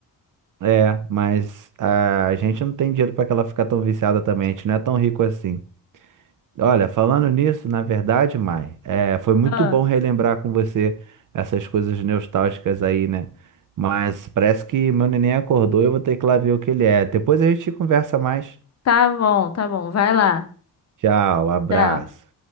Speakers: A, on the right; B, on the left.
A: É, mas a gente não tem dinheiro para que ela ficar tão viciada também. A gente não é tão rico assim. Olha, falando nisso, na verdade, Mai, é, foi muito
B: Ah,
A: bom relembrar com você essas coisas nostálgicas aí, né? Mas parece que meu neném acordou, e eu vou ter que ir lá ver o que ele é. Depois a gente conversa mais.
B: tá bom, tá bom, vai lá.
A: Tchau, abraço.
B: Tchau.